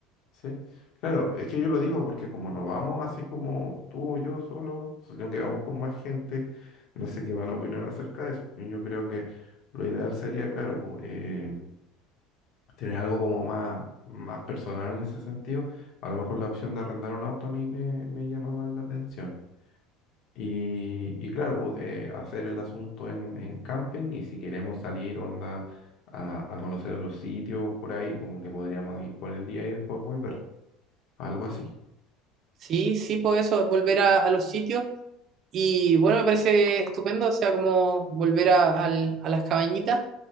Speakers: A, on the left; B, on the right.
A: sí. Claro, es que yo lo digo porque como no vamos así como tú o yo solo, sino que vamos con más gente, no sé qué van a opinar acerca de eso. Pues Yo creo que lo ideal sería, claro, pu- eh, tener algo como más, más personal en ese sentido. A lo mejor la opción de arrendar un auto a mí me, me llama más la atención. Y, y claro, pu- eh, hacer el asunto en, en camping y si queremos salir, onda, a, a conocer otros sitios por ahí, como que podríamos ir por el día y después volver. algo así.
B: Sí, sí, por eso, es volver a, a los sitios. Y bueno, me parece estupendo, o sea, como volver a, al- a las cabañitas.